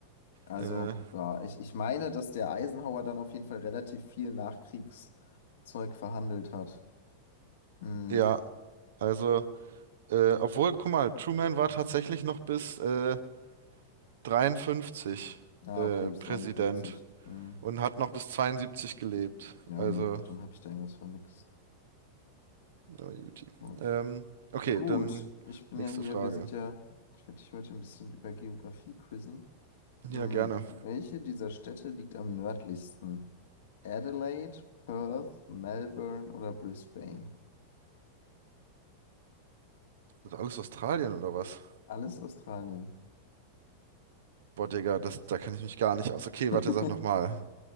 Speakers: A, on the left; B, on the right.
A: Also,
B: Äh,
A: ja, ich, ich meine, dass der Eisenhower dann auf jeden Fall relativ viel Nachkriegszeug verhandelt hat. Hm.
B: ja, also, äh, obwohl, guck mal, Truman war tatsächlich noch bis äh, 53
A: Ah,
B: äh,
A: okay, bis
B: Präsident
A: 53. Hm.
B: und hat noch bis 72 gelebt.
A: Ja,
B: Also,
A: nee, gut, dann habe ich da irgendwas vermixt.
B: Na, Juti.
A: Ja.
B: Ähm, okay,
A: Gut,
B: dann
A: ich bin
B: nächste
A: ja hier,
B: Frage.
A: wir sind ja, ich werde dich heute ein bisschen über Geografie quizzen.
B: Ja,
A: Hm,
B: gerne.
A: welche dieser Städte liegt am nördlichsten? Adelaide, Perth, Melbourne oder Brisbane?
B: Das ist alles Australien oder was?
A: Alles Australien.
B: Boah, Digga, das, da kenne ich mich gar nicht aus. Okay,
A: <laughs>
B: warte, sag nochmal.